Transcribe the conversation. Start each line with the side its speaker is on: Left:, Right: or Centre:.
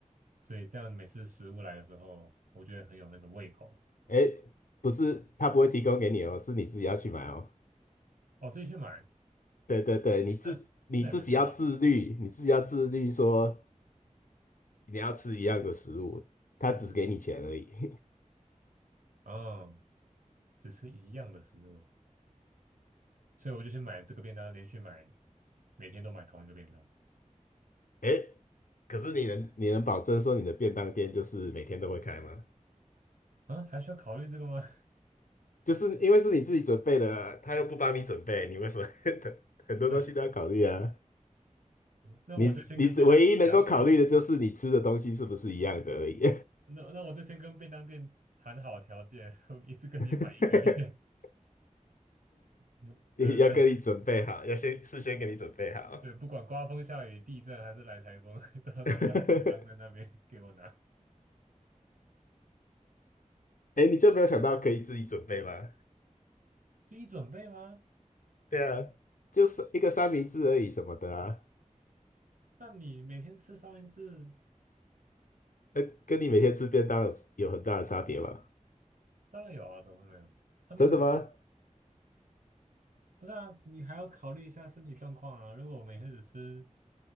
Right: 所以这样每次食物来的时候，我觉得很有那个胃口。
Left: 哎，不是，他不会提供给你哦，是你自己要去买哦。
Right: 哦，自己去买，
Left: 对对对，你自你自己要自律，
Right: 那那也没差啊
Left: 你自己要自律说你要吃一样的食物，他只给你钱而已。
Right: 是是是，
Left: <laughs>
Right: 哦，只吃一样的食物，所以我就去买这个便当，连续买，每天都买同一个便当
Left: 哎，可是你能你能保证说你的便当店就是每天都会开吗？
Right: 啊，还需要考虑这个吗？
Left: 就是因为是你自己准备的啊，他又不帮你准备，你为什么 <laughs> 很多东西都要考虑啊？
Right: <laughs> 那那我就先跟便当店讲，
Left: 你你唯一能够考虑的就是你吃的东西是不是一样的而已，
Right: 我那那我就先跟便当店谈好条件，<laughs> 我一次跟你买一个月，
Left: <laughs>
Right: <laughs> 对对对
Left: 要跟你准备好，要先事先给你准备好。
Right: 对，不管刮风下雨、地震还是来台风，<laughs> 都要准备好便当在那边给我拿。
Left: <laughs> 哎你就没有想到可以自己准备吗？
Right: 自己准备吗？
Left: 对啊，就是一个三明治而已什么的啊，
Right: 那你每天吃三明治，
Left: 呃，跟你每天吃便当有有很大的差别吗？
Right: 当然有啊，怎么会没有？三明治
Left: 真的吗？
Right: 不是啊，你还要考虑一下身体状况啊。如果我每天只吃